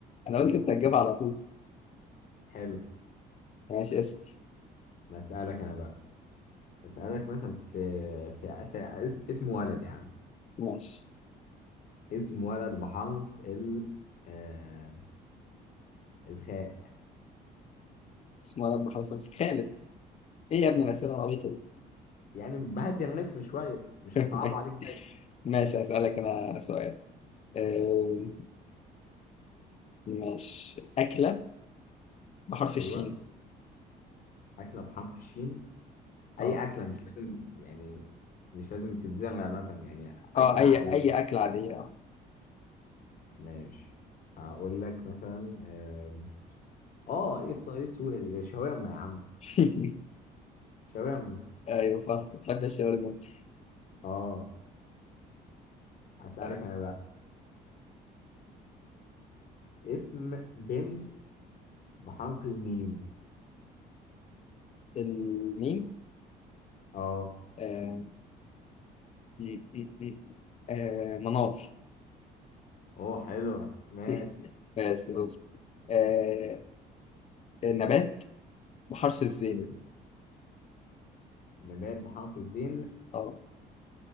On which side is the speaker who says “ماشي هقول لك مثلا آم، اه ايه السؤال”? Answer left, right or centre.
Left